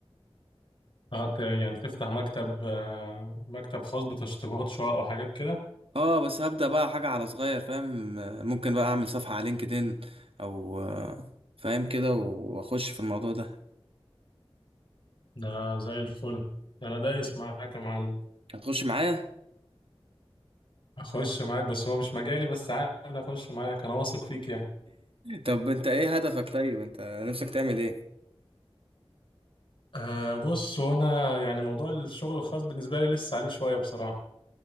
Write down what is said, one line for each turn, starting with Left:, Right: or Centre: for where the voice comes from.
Left: هت يعني تفتح مكتب آه، مكتب خاص بتشطيبات شقق وحاجات كده
Right: اه بس هبدأ بقى حاجة على صغير فاهم آه، ممكن بقى اعمل صفحة على لينكدين او آه، فاهم كده واخش في الموضوع ده
Left: ده زي الفل انا دايس معاك يا معلم
Right: هتخش معايا
Left: اخش معاك بس هو مش مجالي بس عادي اخش معاك انا واثق فيك يعني
Right: طب انت ايه هدفك طيب انت نفسك تعمل ايه
Left: أه بص هو انا يعني موضوع الشغل الخاص بالنسبه لي لسه عليه شويه بصراحه